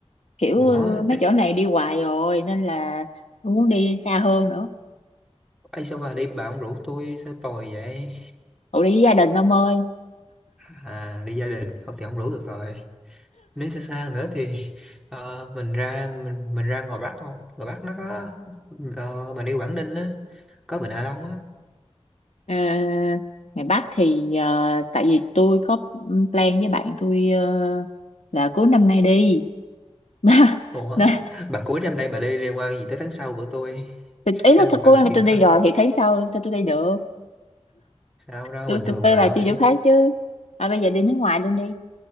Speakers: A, on the left; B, in the centre.
A: kiểu
B: ủa
A: mấy
B: tôi,
A: chỗ này đi hoài rồi nên là tôi muốn đi xa hơn nữa
B: ấy sao bà đi bà không rủ tôi sao tồi vậy
A: Ủa đi với gia đình ông ơi
B: à đi gia đình không thì không rủ được rồi nếu xa xa nữa thì ờ, mình ra mình mình ra ngoài Bắc không ngoài Bắc nó có ờ, mình đi Quảng Ninh á có Vịnh Hạ Long á
A: Ờ, ngày Bắc thì ờ, tại vì tôi có plan với bạn tôi ờ, là cuối năm nay đi <laughs>
B: Ủa,
A: Nên-
B: bà cuối năm nay bà đi liên quan gì tới tháng sau của tôi?
A: thì ý
B: Sao
A: là
B: mà bà
A: cô này
B: kiệt
A: tôi đi
B: sao?
A: rồi thì tháng sau sao tôi đi được
B: Sao đâu
A: tôi
B: bình thường
A: tôi phải
B: bà
A: là
B: ơi.
A: đi chỗ khác chứ à, bây giờ đi nước ngoài luôn đi